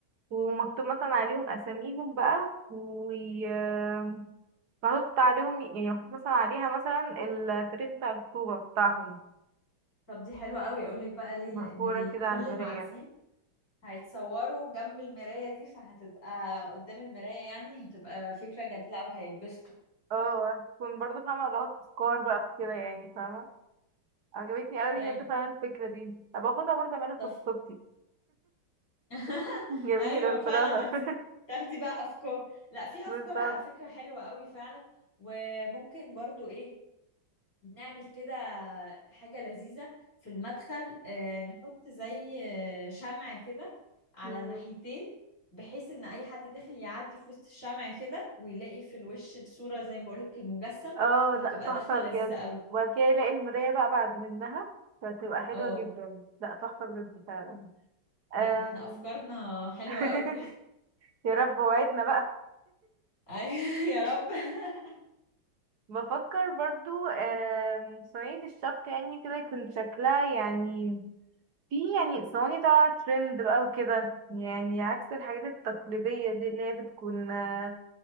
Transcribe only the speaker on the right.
ومكتوب مثلا عليهم أساميهم بقى و أم، محطوط عليهم يعني محطوط مثلا عليها مثلا التاريخ بتاع الخطوبة بتاعهم
محفورة
كده
على المراية
اه تكون برضو فاهمة اللي هو تذكار بقى كده يعني فاهمة عجبتني قوي
بجد فعلا الفكرة دي هبقى اخدها برضه اعملها في
خطوبتي
<laughs> جميلة
بصراحة
<laughs>
بالظبط
مم.
اه
لا تحفة
بجد
وبعد كده يلاقي المراية بقى بعد منها فتبقى حلوة
جدا لا تحفة بجد فعلا
أم...
<laughs>
يا رب وعدنا بقى
بفكر برضو أم... صينية الشبكة يعني كده يكون شكلها يعني في يعني صواني طالعة ترند بقى وكده يعني عكس الحاجات التقليدية دي اللي هي بتكون آه،